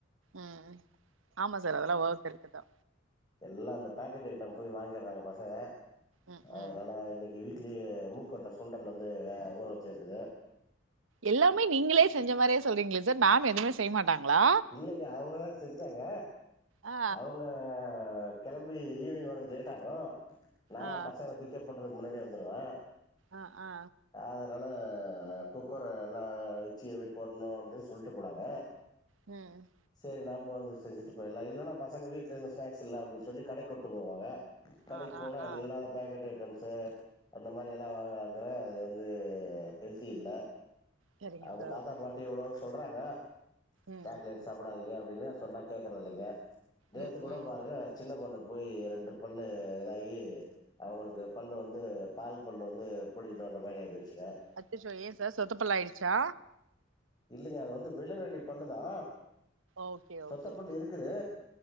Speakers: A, on the right; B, on the left.
A: ம் ஆமா சார் அதெல்லா ஒர்க் இருக்குதா
B: எல்லா அந்த பேக்கெட் ஐட்டம் போய் வாங்கிறாங்க பசங்க
A: ம்
B: அதுனால
A: ம்
B: இன்னக்கி வீட் லயே மூக்கற்ண சுண்டல் வந்து ஊற வச்சுருக்குது
A: எல்லாமே நீங்களே செஞ்ச மாரியே சொல்றீங்க சார் மேம் எதுமே செய் மாட்டாங்ளா
B: இல்லைங்க அவுங்கதா செஞ்சாங்க
A: ஆ
B: அவுங்க கெளம்பி ஈவினிங் வர்ற லேட் ஆகு நா
A: ஆ
B: பசங்க பிக்கப் பண்றதுக்கு முன்னாடியே வந்துருவ
A: ஆ ஆ
B: அதனால குக்கர எல்லா வச்சு எப்டி போடணு அப்டின்ண சொல்ட்டு போனாங்க
A: ம்
B: சரி நம்ப வந்து செஞ்சுட்டு போயிடலா இல்லைன்னா பசங்க வீட்டுல எது ஸ்னாக்ஸ் இல்ல அப்டின்னு சொல்லி கடைக்கு கூட்டு போவாங்க கடைக்கு
A: ஆ
B: போனா
A: ஆ ஆ
B: எல்லா பேக்கெட் ஐட்டம்ஸு அந்த மாரில்லா வாங்ற அது வந்து ஹெல்த்தி இல்ல
A: சரிங்க
B: அவுங்க
A: சார்
B: தாத்தா பாட்டி எவ்ளோ சொல்றாங்க
A: ம்
B: சாக்லேட் சாப்டாதீங்க அப்டின் சொன்னா கேக்றதில்லங்க நேத்து
A: ம்
B: கூட
A: ம்
B: பாருங்க சின்ன பொண்ணுக்கு போய் ரெண்டு பல்லு இதாயி அவுங்களுக்கு பல்ல வந்து பால் பல்ல வந்து புடிங்கிட்டு வர்ற மாரி ஆய்போய்ச்சுங்க
A: அச்சச்சோ ஏன் சார் சொத்தப்பல்லாயிடுச்சா
B: இல்லங்க அது வந்து விழ வேண்டிய பல்லுதா
A: ஓகே
B: சொத்த
A: ஓகே
B: பல்லு இருக்குது